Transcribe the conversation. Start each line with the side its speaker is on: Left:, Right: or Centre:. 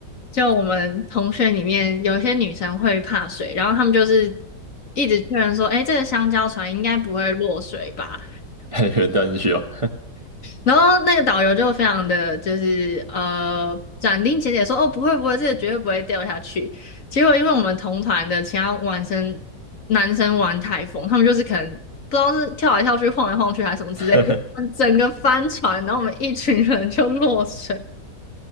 Left: 就我们同学里面有些女生会怕水，然后她们就是一直确认说，哎，这个香蕉船应该不会落水吧？
Right: <laughs> 有人掉进去哦。
Left: 然后那个导游就非常的就是呃斩钉截铁说：“哦，不会不会，这个绝对不会掉下去。”结果因为我们同团的其他玩生男生玩太疯，他们就是可能不知道是跳来跳去、晃来晃去还是什么之类的，
Right: <laughs>
Left: 整个翻船，然后我们一群人就落水。